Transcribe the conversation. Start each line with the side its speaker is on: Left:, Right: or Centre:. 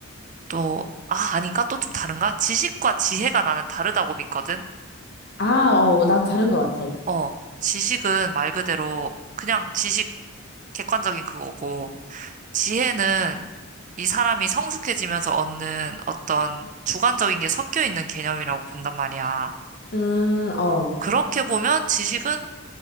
Right: 또, 아, 아닌가? 또 좀 다른가? 지식과 지혜가 나는 다르다고 믿거든?
Left: 아, 어, 나도 다른 것 같아.
Right: 어, 지식은 말 그대로 그냥 지식 객관적인 그거고, 지혜는 이 사람이 성숙해지면서 얻는 어떤 주관적인 게 섞여 있는 개념이라고 본단 말이야.
Left: 음, 어.
Right: 그렇게 보면 지식은